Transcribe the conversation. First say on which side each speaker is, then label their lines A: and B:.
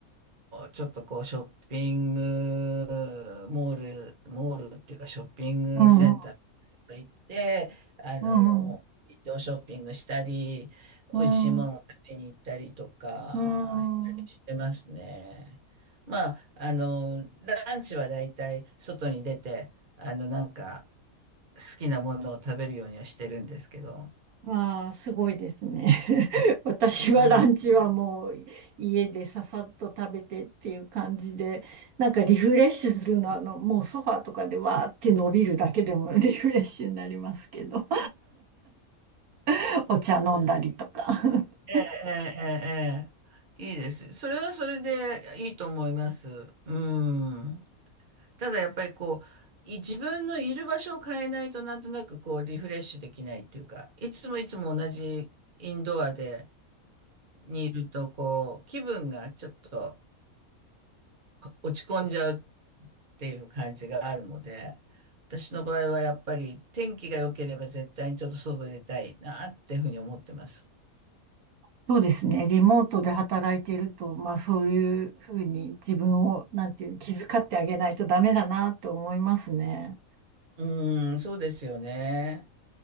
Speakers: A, on the right; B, on the right.
A: ちょっとこうショッピングモール、モールっていうかショッピングセンターとか行って、
B: うん、
A: あの、
B: うん。
A: ウィンドウショッピングしたり、
B: うん
A: 美味しいものを食べに行ったりとかしたりしてますね。
B: うーん。
A: まあ、あの、ランチはだいたい外に出て、あの、なんか、好きなものを食べるようにはしてるんですけど。
B: ああ、すごいですね。<laughs> 私はランチはもう家でささっと食べてっていう感じで、
A: うん
B: なんかリフレッシュするのは、あの、もうソファーとかでわーって伸びるだけでも <laughs> リフレッシュになりますけど、<laughs> お茶飲んだりとか。<laughs>
A: ええ、ええ、ええ、いいです。それはそれでいいと思います。うん。ただやっぱりこう、い自分のいる場所を変えないとなんとなくこうリフレッシュできないっていうか、いつもいつも同じインドアでにいるとこう、気分がちょっと落ち込んじゃうっていう感じがあるので、私の場合はやっぱり天気が良ければ絶対にちょっと外出たいなっていうふうに思ってます。
B: そうですね。リモートで働いていると、まあそういうふうに自分を、なんていうの、気遣ってあげないとダメだなって思いますね。
A: うーん、そうですよね。